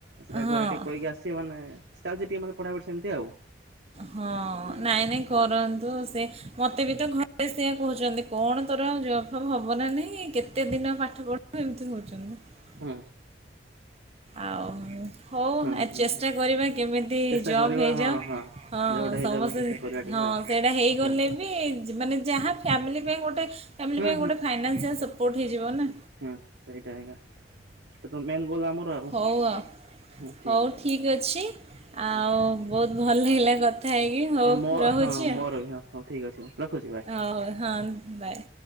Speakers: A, on the right; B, on the right.
A: ସେଇଟା
B: ହଁ
A: ଘରେ ଟିକେ କହିକି ଆସିଚି ମାନେ ଚାଲିଚି ଟିକେ ପଢ଼ା ପଢ଼ି ସେମିତି ଆଉ।
B: ହଁ
A: ହୁଁ।
B: ନାଇଁ ନାଇଁ କରନ୍ତୁ
A: ହୁଁ
B: ସେ ମତେ ବି ତ ଘରେ ସେଆ କହୁଛନ୍ତି। କଣ ତୋର ଆଉ ଜବଫବ ହବନା ନାହିଁ କେତେ ଦିନ ପାଠ ପଢିବୁ ଏମିତି କୋହୁଚନ୍ତି।
A: ହଁ।
B: ଆଉ। ହଉ
A: ହୁଁ
B: ଆ ଚେଷ୍ଟା
A: ହୁଁ
B: କରିବା କେମିତି
A: ଚେଷ୍ଟା
B: ଜବ
A: କରିବା
B: ହେଇଯାଉ
A: ହଁ
B: ହ
A: ହଁ।
B: ହଁ
A: ଜବ୍ ଟା ହେଇଯାଉ
B: ସମସ୍ତେ
A: ବୋଲି ଚେଷ୍ଟା କରିବା ଟିକେ
B: ହଁ
A: ଆଉ
B: ସେଇଟା ହେଇଗଲେ।
A: ହୁଁ
B: ଵି ମାନେ ଯାହା ଫ୍ୟାମିଲି ପାଇଁ ଗୋଟେ ଫ୍ୟାମିଲି
A: ହୁଁ
B: ପାଇଁ ଗୋଟେ ଫାଇନାନ୍ସିଆଲ୍ ସପୋର୍ଟ ହେଇଯିବ ନା।
A: ହଁ ସେଇଟା ଆଜ୍ଞା ସେଇଟା ତ ମେନ୍ ଗୋଲ ଆମର। ଆଉ।
B: ହଉ ଆଉ
A: ହଁ
B: ହଉ
A: ଅଛି
B: ଠିକ୍
A: ଆଉ।
B: ଅଛି ଆଉ
A: ହଁ
B: ବହୁତ୍ ଭଲ ଲାଗିଲା କ୍ କଥା ହୋଇକି ହଉ
A: ହଁ ମୋ
B: ରହୁଚି
A: ହଁ
B: ଆ
A: ମୋର ବି ହଁ ହଉ ଠିକ୍ ଅଛି ହଉ ରଖୁଛି ବାଏ।
B: ହଉଉ ହଁ ବାଏ।